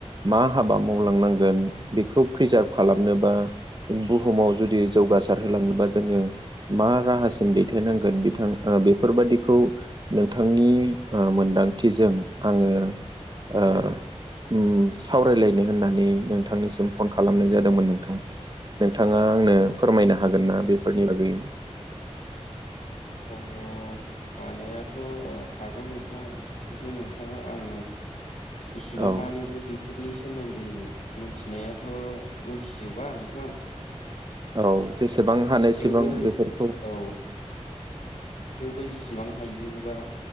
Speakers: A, on the right; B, on the left.
A: मा हाबा मावलांनांगोन बेखौ प्रिजार्भ खालामनोबा बुहुमाव जुदि जौगासार होलांनोबा जोङो मा राहासिम दैथायनांगोन बिथां ओ बेफोरबादिखौ नोंथांनि ओ मोनदांथिजों आङो ओ ओम सावरायलायनो होननानै नोंथांनिसिम फन खालामनाय जादोंमोन नोंथां। नोंथाङा आंनो फोरमायनो हागोन ना बेफोरनि बागै।
B: <unintelligible> हानायाथ' हागोन नोंथां खिन्थु नोंथाङा आं इसिबां
A: औ
B: मानिबो बे बेफोरनि सोमोन्दै मिथिनायाथ' मिथिजोबा नोंथां।
A: औ जेसेबां
B: औ
A: हानायसेबां
B: थेवबो
A: बेफोरखौ
B: औ थेवबो जिसिबां हायो बा